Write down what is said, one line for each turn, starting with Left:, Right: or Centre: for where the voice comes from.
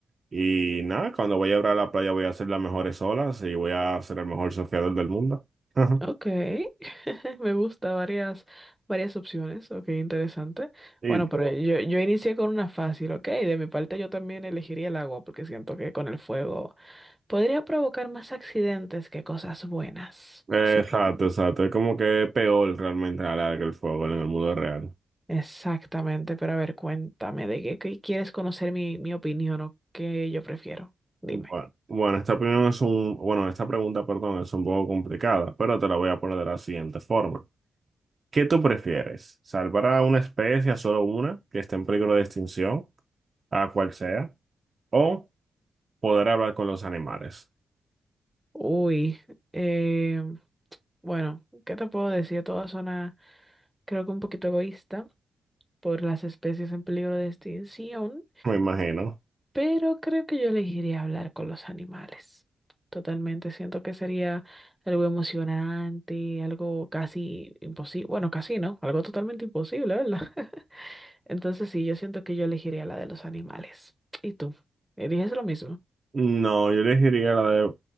Right: Y nada, cuando voy a ir a la playa voy a hacer las mejores olas y voy a ser el mejor surfeador del mundo. <laughs>
Centre: Ok, <laughs> me gusta varias, varias opciones, ok, interesante.
Right: Y
Centre: Bueno,
Right: todo.
Centre: pero yo, yo inicié con una fácil, ok, de mi parte yo también elegiría el agua porque siento que con el fuego podría provocar más accidentes que cosas buenas.
Right: Exacto,
Centre: Así que,
Right: exacto. Es como que es peor realmente a la larga el fuego en el mundo real.
Centre: exactamente, pero a ver, cuéntame, ¿de qué, qué quieres conocer mi, mi opinión o qué yo prefiero? Dime.
Right: Bueno, bueno, esta opinión es un, bueno, esta pregunta, perdón, es un poco complicada, pero te la voy a poner de la siguiente forma. ¿Qué tú prefieres? ¿Salvar a una especie, a solo una, que esté en peligro de extinción, a cual sea, o poder hablar con los animales?
Centre: Uy, eh, bueno, ¿qué te puedo decir? Todo suena creo que un poquito egoísta. por las especies en peligro de extinción,
Right: Me imagino.
Centre: pero creo que yo elegiría hablar con los animales. Totalmente, siento que sería algo emocionante, algo casi imposible, bueno, casi no, algo totalmente imposible, ¿verdad? <laughs> Entonces sí, yo siento que yo elegiría la de los animales. ¿Y tú? ¿Eliges lo mismo?
Right: No, yo elegiría la de